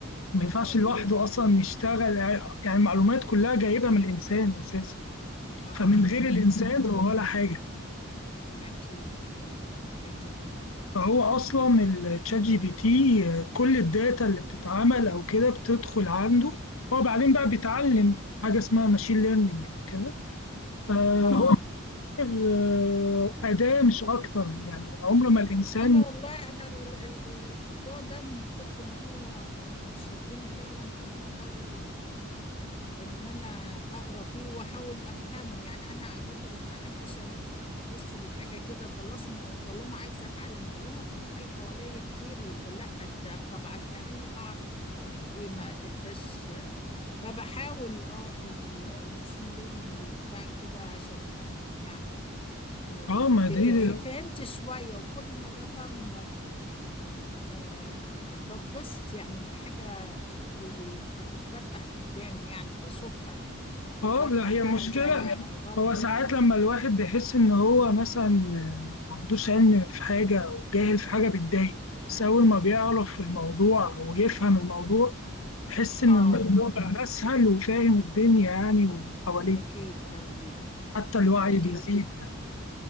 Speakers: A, on the left; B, on the left.
A: ما
B: هو
A: ينفعش
B: بي
A: لوحده اصلا يشتغل يعني المعلومات كلها جايبه من الانسان اساسا
B: اه
A: فمن غير
B: ممكن
A: الانسان هو ولا حاجه
B: اكيد اكيد اكيد
A: فهو اصلا التشات جي بي تي آه، كل الداتا اللي بتتعمل او كده بتدخل عنده هو بعدين بقى بيتعلم حاجه اسمها ماشين ليرنينج وكده فهو
B: اه
A: آه، أداة مش أكتر يعني عمر ما الإنسان
B: انا والله انا ال- ال- ال- الموضوع ده من كتر ما هو شدني فعلا انا بحاول ان انا اقرا فيه واحاول افهمه يعني انا عادة ما احبش ابص للحاجة كده طلاسم طالما عايزة اتعلم طالما بتتقال حواليا كتير يبقى لا ده طب على الاقل اعرف ايه ما تبقاش فبحاول اه في ال- الماشين ليرنينج وبتاع كده عشان افهم يعني والامبيدد
A: آه ما دي
B: ففهمت شوية وكل ما بفهم آه بتبسط يعني ان حاجة ب- بتتفتح قدامي يعني بشوفها
A: آه
B: بفهم
A: لا هي
B: حاجة
A: مشكلة
B: غامضة
A: هو ساعات لما الواحد بيحس إن هو مثلا آه، ما عندوش علم في حاجة أو جاهل في حاجة بتضايق بس أول ما بيعرف في الموضوع أو يفهم الموضوع يحس إن
B: اه
A: الموضوع بقى أسهل وفاهم الدنيا يعني واللي حواليه
B: اكيد اكيد
A: حتى الوعي
B: اكيد
A: بيزيد يعني